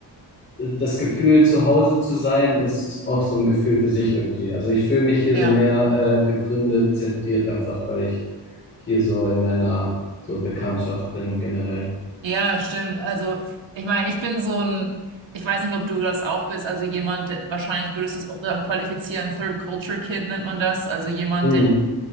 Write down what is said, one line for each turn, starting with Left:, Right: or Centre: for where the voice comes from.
Left: das Gefühl, zu Hause zu sein, ist auch so ein Gefühl für sich irgendwie. Also ich fühle mich hier
Right: Ja.
Left: so mehr äh, gegründet, zentriert, einfach weil ich hier so in meiner so Bekanntschaft bin generell.
Right: Ja, stimmt. Also, ich meine, ich bin so ein, ich weiß nicht, ob du das auch bist, also jemand, der- wahrscheinlich würdest du es auch da qualifizieren, Third Culture Kid nennt man das, also jemand,
Left: Mm,